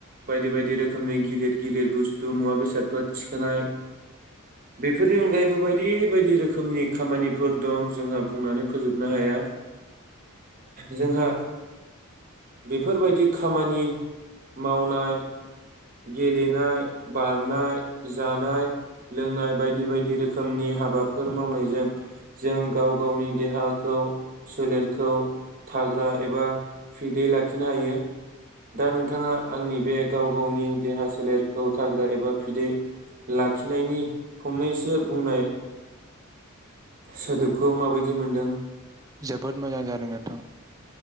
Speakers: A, on the right; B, on the right.
A: बायदि बायदि रोखोमनि गिलिर गिलिर बुस्थु मुवा बेसादफोर थिखोनाय बेफोरनि अनगायैबो बायदि बायदि रोखोमनि खामानिफोर दं जोंहा बुंनानै फोजोबनो हाया जोंहा बेफोरबायदि खामानि मावनाय गेलेनाय बारनाय जानाय लोंनाय बायदि बायदि रोखोमनि हाबाफोर मावनायजों जों गाव गावनि देहाखौ सोलेरखौ थाग्रा एबा फिदै लाखिनो हायो दा नोंथाङा आंनि बे गाव गावनि देहा सोलेरखौ थाग्रा एबा फिदै लाखिनायनि फंनैसो बुंनाय सोदोबखौ माबायदि मोनदों
B: जोबोद मोजां जादों नोंथां!